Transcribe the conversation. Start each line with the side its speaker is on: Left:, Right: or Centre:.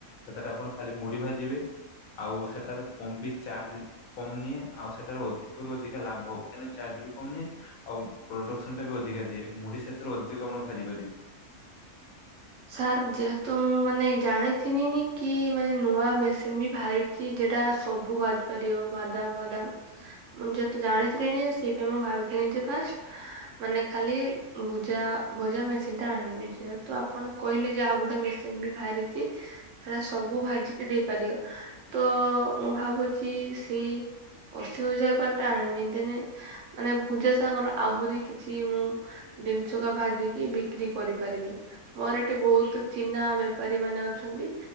Left: ସେଟଟା ଆପଣ ଖାଲି ମୁଡି ଭାଜିବେ ଆଉ ସେଟାରେ କମ ବି ଚାର୍ଜ କମ ନିଏ ଆଉ ସେ ସେଟା ରୁ ଅଧିକରୁ ଅଧିକା ଲାଭ ହବ କା ଚାର୍ଜ ବି କମ ନିଏ ଆଉ ପ୍ରଡକ୍ସନଟା ବି ଅଧିକା ଦିଏ ମୁଢି ସେ ସେଥିରୁ ଅଧିକ ଆପଣ ଭାଜିପାରିବେ।
Right: ସାର୍ ଯେହେତୁ ମୁଁ ମାନେ ଜାଣିଥିନିି କି ମାନେ ନୂଆ ମେସିନ୍ ବି ବାହାରିଚି ସେଟା ସବୁ ଭାଜିି ପାରିବ ବାଦାମ ବାଦାମ ମୁଁ ଯେହେତୁ ଜାଣିଥିଲିନି ସେଇପାଇ ମୁଁ ଭାବିଥିଲି ଯେ ଫାଷ୍ଟ ମାନେ ଖାଲି ଭୁଜା ଭଜା ମେସିନ୍ ଟା ଆଣିବୁ ଯେହେତୁ ଆପଣ କହିଲେ ଯେ ଆଉ ଗୋଟେ ମେସିନ୍ ବି ବାହାରିଛି। ସିଏ ସବୁ ଭାଜିକି ଦେଇପାରିବ ତ ତ ମୁଁ ଭାବୁଛି ସେଇ ଅଶି ହଜାର ବାଲାଟା ଆଣିବି। ଦେନେ ମାନେ ଭୂଜା ସାଙ୍ଗର ଆହୁରି କିଛି ମୁଁ ଜିନିଷକା ଭାଜିକି ବିକ୍ରି କରିପାରିବି। ମୋର ଏଠି ବହୁତ ଚିହ୍ନା ବେପାରୀ ମାନେ ଅଛନ୍ତି।